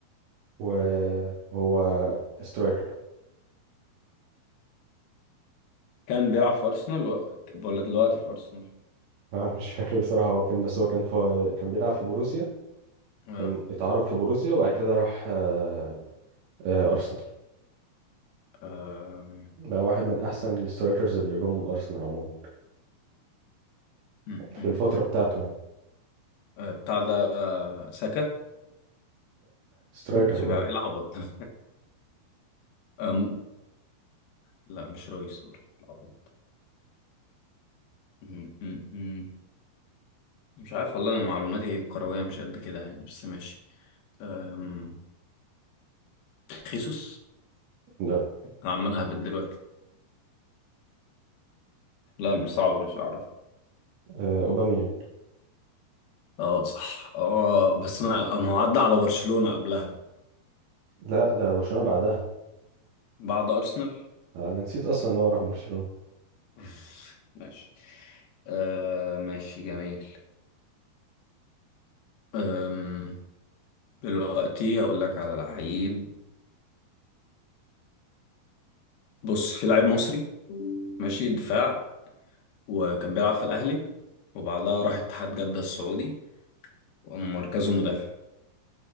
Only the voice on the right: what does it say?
وهو سترايكر
<laughs> آه، مش فاكر بصراحة هو فين بس هو كان في كان بيلعب في بروسيا
كان اتعرف في بروسيا وبعد كده راح آه، آه، أرسنال
بقى واحد من أحسن السترايكرز اللي جم أرسنال عموما
في
الفترة
بتاعته
يعني
سترايكر
ولا
لا
آه، أوباميانج
لا ده برشلونة بعدها
آه، انا نسيت اصلا ان هو راح برشلونة